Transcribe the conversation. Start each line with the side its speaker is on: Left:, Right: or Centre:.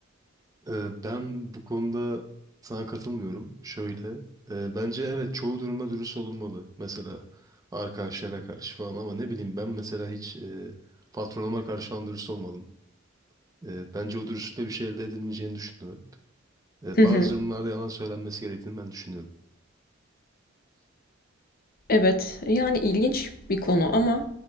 Right: E, ben bu konuda sana katılmıyorum. Şöyle, e, bence evet çoğu durumda dürüst olunmalı. Mesela arkadaşlara karşı falan ama ne bileyim ben mesela hiç e, patronuma karşı falan dürüst olmadım. E, bence o dürüstlükle bir şey elde edilmeyeceğini düşündüm hep. E,
Left: Hı
Right: bazı
Left: hı.
Right: durumlarda yalan söylenmesi gerektiğini ben düşünüyorum.
Left: Evet, yani ilginç bir konu ama